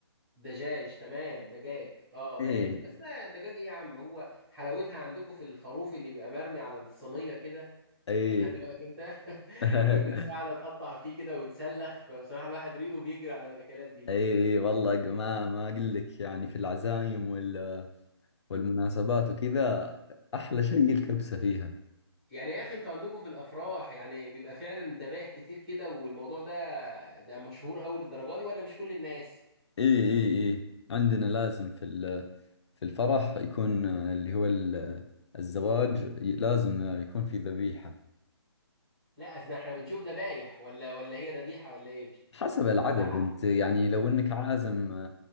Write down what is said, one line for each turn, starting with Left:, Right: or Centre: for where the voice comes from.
Centre: دجاج تمام دجاج اه ماشي
Left: ايه
Centre: بس لا دجاج ايه يا عم هو حلاوتها عندكم في الخروف اللي بيبقى مرمي على الصينيه كده
Left: اي
Centre: اخدت بالك انت <laughs>
Left: <laughs>
Centre: والناس
Left: اي
Centre: قاعده تقطع فيه كده وتسلخ فبصراحه الواحد ريقه بيجري على الاكلات دي
Left: اي والله ما ما اقول لك يعني في العزايم وال والمناسبات وكذا احلى شيء الكبسة فيها
Centre: يعني يا اخي انتوا عندكم في الافراح يعني بيبقى فعلا ذبايح كتير كده والموضوع ده ده مشهور قوي للدرجه دي ولا مش كل الناس
Left: اي اي اي عندنا لازم في ال في الفرح يكون اللي هو ال- الزواج ي- لازم يكون في ذبيحة
Centre: لا اصل احنا بنشوف ذبايح ولا ولا هي ذبيحه ولا ايه
Left: حسب العدد
Centre: ولا حق
Left: انت يعني لو انك عازم